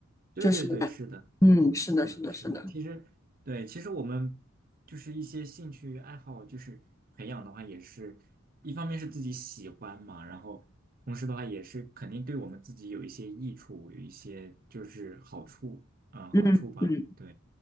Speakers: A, on the right; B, on the left.
A: 对对对，
B: 就是，
A: 是的，
B: 嗯，
A: 嗯嗯嗯，
B: 是的，是的，
A: 是的。
B: 是的，
A: 其实对，其实我们就是一些兴趣爱好，就是培养的话，也是一方面是自己喜欢嘛，然后同时的话也是肯定对我们自己有一些益处，有一些就是好处，嗯，
B: 嗯嗯
A: 好处吧。对。